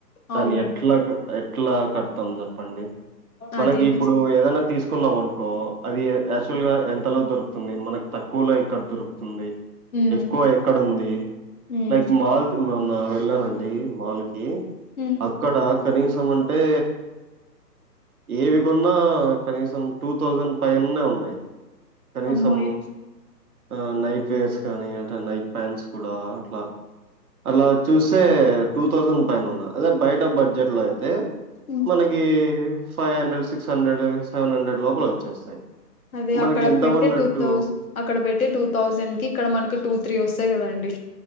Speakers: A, on the right (about 60°); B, on the left (about 55°).
A: దాని
B: అవునండి
A: ఎట్లాగా ఎట్ ఎట్లగా తం చెప్పండి మనకి
B: అదే
A: ఇప్పుడు
B: నిజం
A: ఏదైనా తీసు తీసుకున్నాం అనుకో అది యాక్చువల్ గా ఎంతలో దొరుకుతుంది మనకు తక్ తక్కువలో ఎక్కడ దొరుకుతుంది
B: ఉమ్
A: ఎక్కు ఎక్కడ ఉంది
B: ఉమ్
A: లైక్ మాల్ మొన్న వెళ్ళానండి మాల్ కి
B: ఉమ్
A: అక్కడ కనీసం అంటే ఏవి కొన్నా కనీసం టూ థౌజండ్ పైన్నే ఉన్నాయి కనీసం
B: అమ్మోయ్
A: ఆ నైట్ వేర్స్ కానీ నైట్ ప్యాంట్స్ కూడా అట్లా అలా చూస్తే టూ థౌసండ్ పైన ఉన్న అదే బయట బడ్జెట్ లో అయి తే
B: ఉమ్
A: మనకి five hundred six hundred seven hundred లోపల వచ్చేస్తాయి
B: అదే
A: మనకి
B: అక్కడ
A: ఎంత
B: పెట్టే
A: పడినట్టు
B: టూ థౌజ అక్కడ పెట్టే టూ థౌజన్ కి ఇక్కడ మనకు టూ త్రీ వస్తాయి కదండి